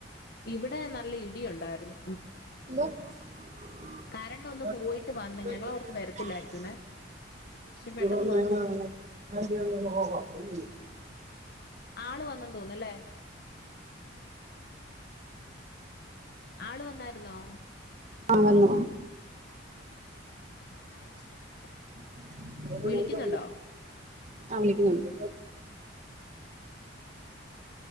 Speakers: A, on the left; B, on the right.
A: ഇവ്ടെ നല്ല ഇടിയൊണ്ടാര്ന്നു
B: <unintelligible>
A: കരണ്ട് ഒന്ന് പോയിട്ട് വന്ന് ഞങ്ങളോർത്ത് വരത്തില്ലായിരിക്കുംന്നേ
B: <unintelligible>
A: പക്ഷെ പെട്ടെന്ന് വന്ന് ആള് വന്നെന്ന് തോന്ന്ന് ഇല്ലേ ആള് വന്നായിരുന്നോ?
B: ആ വന്നു വ
A: <inaudible>
B: <unintelligible>
A: വിളിക്കുന്നുണ്ടോ
B: ആ വിളിക്കുന്നൊണ്ട്.